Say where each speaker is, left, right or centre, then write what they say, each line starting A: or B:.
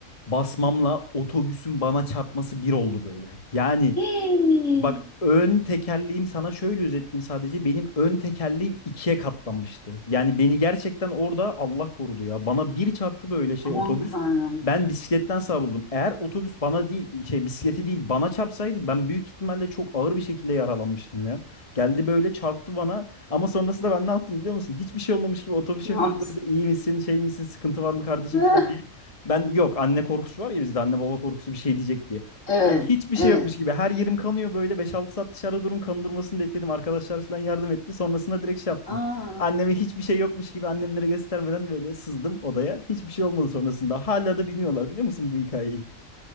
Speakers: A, on the left; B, on the left.
A: Basmamla otobüsün bana çarpması bir oldu böyle. Yani
B: Hii.
A: Bak ön tekerleğim sana şöyle özetleyeyim sadece. Benim ön tekerleğim ikiye katlanmıştı. Yani beni gerçekten orada Allah korudu ya. Bana bir çarptı böyle şey
B: Aman
A: otobüs.
B: Tanrım.
A: Ben bisikletten savruldum. Eğer otobüs bana değil şey bisikleti değil bana çarpsaydı ben büyük ihtimalle çok ağır bir şekilde yaralanmıştım ya. Geldi böyle çarptı bana ama sonrasında ben ne yaptım biliyor musun? Hiçbir şey olmamış gibi otobüs
B: Ne
A: şoförü
B: yaptın?
A: durdu. İyi misin şey misin sıkıntı var mı kardeşim
B: <laughs>
A: falan diye. Ben yok anne korkusu var ya bizde anne baba korkusu bir şey diyecek diye.
B: Evet,
A: Yani hiçbir
B: evet.
A: şey yokmuş gibi. Her yerim kanıyor böyle. beş altı saat dışarıda durum kan durmasını bekledim. Arkadaşlar falan yardım etti. Sonrasında direkt şey yaptım.
B: Aa,
A: Anneme hiçbir şey yokmuş gibi annemlere göstermeden böyle sızdım odaya. Hiçbir şey olmadı sonrasında. Hala da bilmiyorlar biliyor musun bu hikayeyi?